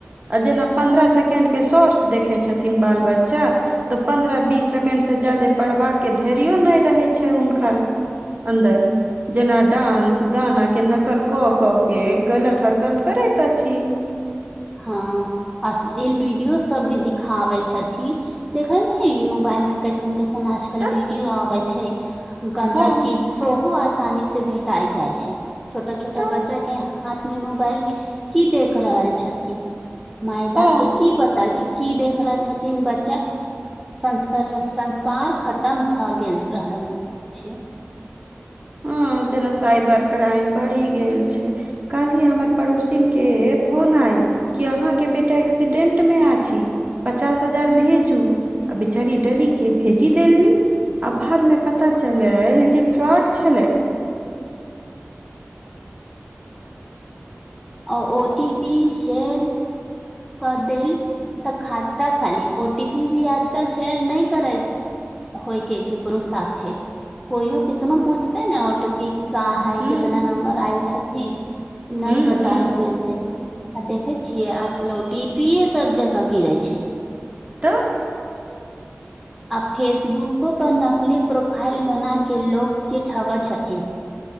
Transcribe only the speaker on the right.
आ जेना पन्द्रह सेकेंड के शॉर्ट्स देखय छथिन बाल बच्चा तऽ पन्द्रह बीस सेकेंड से ज्यादे पढ़बाके धैर्य नहि रहै छैय हुनकर। अन्दर जेना डांस गाना के नकल क क के गलत हरकत करैत अछि।
तऽ
हँ
तऽ
हँ
हँ जेना साइबर क्राइम बढ़ि गेल छैय। काल्हि हमर पड़ोसिन के फोन आयल कि अहाँके बेटा एक एक्सीडेंट मे आ छी पचास हजार भेजू आ बेचारी डरी के भेज जी देलनि आ बाद मे पता चलल जे फ्रॉड छलै।
हूं
हूं
हूं
तऽ